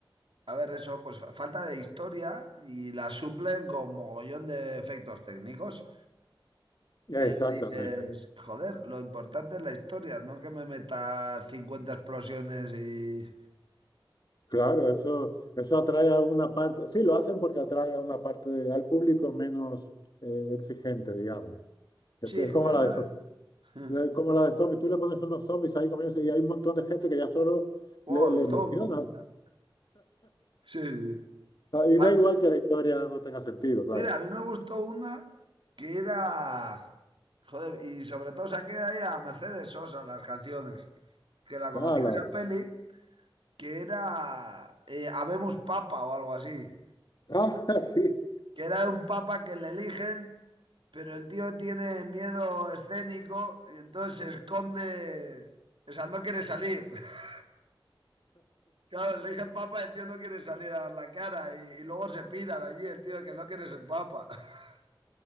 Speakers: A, on the right; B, on the left.
A: a ver, eso, pues fa- falta de historia y la suplen con mogollón de efectos técnicos.
B: Exactamente.
A: Pero dices, joder, lo importante es la historia, no que me metas 50 explosiones y...
B: Claro, eso, eso atrae a una parte. Sí, lo hacen porque atrae a una parte de- al público menos eh, exigente, digamos. Esto
A: Sí,
B: es como
A: pero
B: la
A: no
B: de,
A: sé.
B: Le-
A: <laughs>
B: Como la de zombies, tú le pones unos zombies ahí comiéndose y hay un montón de gente que ya solo
A: Wow,
B: le, le
A: los
B: emociona.
A: zombies. y tal. Sí, sí.
B: Ah, Y
A: Ah,
B: da igual que la historia no tenga sentido, claro.
A: mira, a mí me gustó una que era... Joder, y sobre todo saqué ahí a Mercedes Sosa las canciones, que la conocí
B: Ah,
A: en
B: la,
A: esa peli que era eh, Habemos Papa o algo así,
B: ah, <laughs> sí.
A: que era un papa que le eligen, pero el tío tiene miedo escénico y entonces se esconde, o sea, no quiere salir. <laughs> Claro, le eligen papa, el tío no quiere salir a dar la cara y, y luego se pira de allí el tío que no quiere ser papa. <laughs>